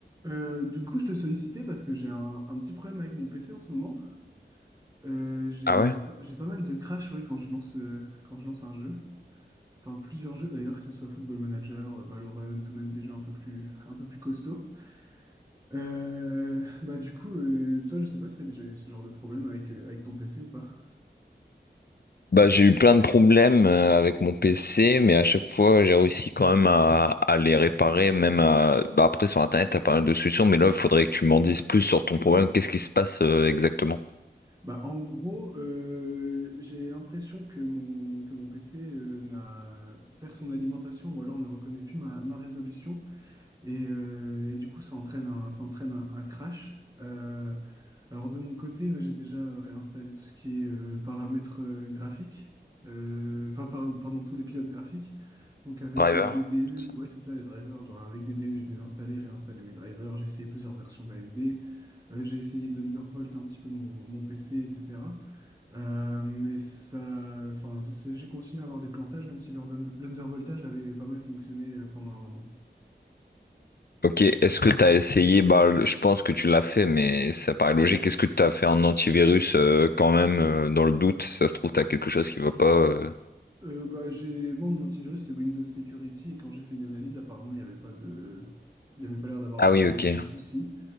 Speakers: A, on the right; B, on the left.
A: Euh, du coup, je te sollicitais parce que j'ai un, un petit problème avec mon PC en ce moment. Euh, j'ai,
B: Ah ouais?
A: j'ai pas, j'ai pas mal de crash ouais, quand je lance, euh, quand je lance un jeu. Enfin, plusieurs jeux d'ailleurs, que ce soit Football Manager, euh, Valorant ou même des jeux un peu plus, un peu plus costauds. Euh, bah, du coup, euh, toi, je sais pas si tu as déjà eu ce genre de problème avec, euh, avec ton PC ou pas.
B: Bah, j'ai eu plein de problèmes euh, avec mon PC, mais à chaque fois, j'ai réussi quand même à, à les réparer, même à... bah, après, sur Internet, t'as pas mal de solutions, mais là, il faudrait que tu m'en dises plus sur ton problème. Qu'est-ce qui se passe euh, exactement?
A: Bah, en gros, euh, j'ai l'impression que mon, que mon PC euh, n'a, perd son alimentation ou alors ne reconnaît plus ma, ma résolution. Et, euh, et du coup, ça entraîne un, ça entraîne un, un crash. Euh, alors de mon côté, euh, j'ai déjà euh, réinstallé tout ce qui est euh, paramètres euh, graphiques, Euh, enfin par- pardon, tous les pilotes graphiques. Donc avec
B: Driver,
A: euh, DDU,
B: tout ça.
A: ouais c'est ça les drivers, genre avec DDU j'ai désinstallé, réinstallé mes drivers, j'ai essayé plusieurs versions d'AMD, Euh, j'ai essayé d'Undervolt un petit peu mon, mon PC, etc. Euh, mais ça, enfin c'est- j'ai continué à avoir des plantages, même si leur- l'Undervoltage avait pas mal fonctionné euh, pendant un moment.
B: Ok, est-ce que t'as essayé, bah, le- je pense que tu l'as fait, mais ça paraît logique. Est-ce que t'as fait un antivirus euh, quand même, euh, dans le doute? Ça se trouve, t'as quelque chose qui va pas... euh.
A: Euh, bah, j'ai... Moi, mon antivirus, c'est Windows Security. Et quand j'ai fait une analyse, apparemment, il n'y avait pas de... il n'y avait pas l'air d'avoir
B: Ah
A: de,
B: oui,
A: de,
B: ok.
A: de soucis.